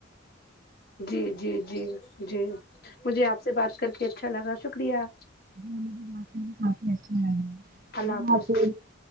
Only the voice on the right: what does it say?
جی <unintelligible> میں کافی اچھا لگا
<unintelligible>